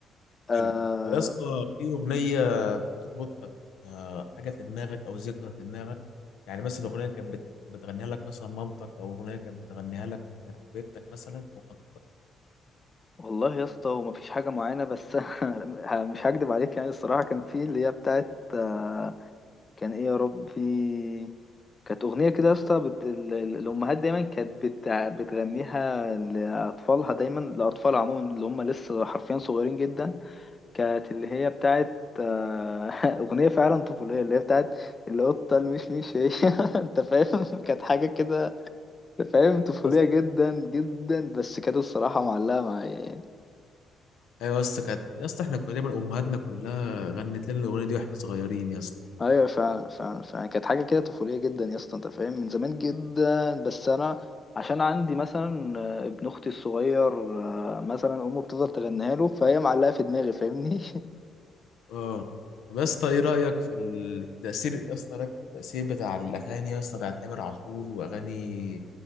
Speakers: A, on the left; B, on the left.
A: آه
B: حلو طب يا اسطى في اغنيه بتربطك آه، حاجه في دماغك او ذكرى في دماغك يعني مثلا اغنيه كانت بت- بتغنيها لك مثلا مامتك او اغنيه كانت بتغنيها لك حبيبتك مثلا او خطيبتك
A: والله يا اسطى هو مفيش حاجة معينة بس <laughs> مش هكدب عليك يعني الصراحة كان في اللي هي بتاعت آه كان ايه يا ربي كانت أغنية كده يا اسطى بت... ال- ال- الأمهات دايما كانت بت... بتغنيها لأطفالها دايما لأطفال عموما اللي هم لسه حرفيا صغيرين جدا كانت اللي هي بتاعت آه، <laughs> أغنية فعلا طفولية اللي هي بتاعت القطة المشمش هي <laughs> أنت فاهم كانت حاجة كده فاهم طفولية
B: يا اسطى-
A: جدا جدا بس كانت الصراحة معلقة معايا يعني.
B: ايوه يا اسطى كانت يا اسطى احنا كنا دايما امهاتنا كلها غنت لنا الاغنيه دي واحنا صغيرين يا اسطى
A: ايوه فعلا فعلا فعلا كانت حاجه كده طفوليه جدا يا اسطى انت فاهم من زمان جدا بس انا عشان عندي مثلا آه، ابن اختي الصغير آه، مثلا امه بتفضل تغنيها له فهي معلقه في دماغي فاهمني
B: اه طب يا اسطى ايه رايك في, ال... في تاثير يا اسطى رأيك في التاثير بتاع الاغاني يا اسطى بتاع تامر عاشور واغاني